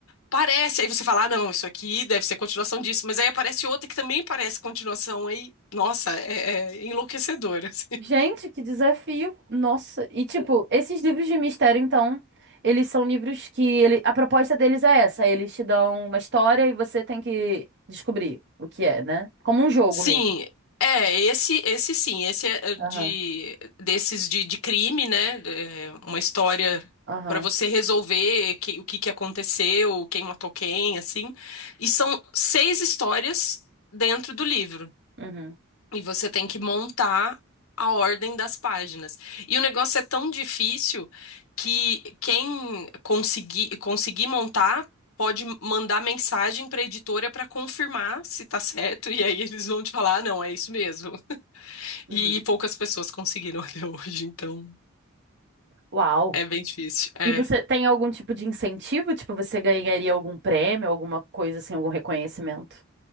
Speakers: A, on the left; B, on the right.
A: parece. Aí você fala, ah, não, isso aqui deve ser continuação disso. Mas aí aparece outra que também parece continuação. Aí, nossa, é, é enlouquecedor, <laughs> assim.
B: Gente, que desafio! Nossa, e tipo, esses livros de mistério, então, eles são livros que ele... a proposta deles é essa, eles te dão uma história e você tem que descobrir o que é, né? Como um jogo
A: Sim,
B: mesmo.
A: é, esse, esse sim, esse é é, de
B: Aham,
A: desses de, de crime, né? É, uma história
B: aham,
A: para você resolver que- o que que aconteceu, quem matou quem, assim. E são seis histórias dentro do livro.
B: uhum,
A: E você tem que montar a ordem das páginas. E o negócio é tão difícil que quem conseguir, conseguir montar pode mandar mensagem para a editora para confirmar se tá certo. <laughs> E aí eles vão te falar, ah, não, é isso mesmo.
B: uhum.
A: E poucas pessoas conseguiram <laughs> até hoje, então
B: Uau!
A: é bem difícil. É.
B: E você tem algum tipo de incentivo? Tipo, você ganharia algum prêmio, alguma coisa assim, algum reconhecimento?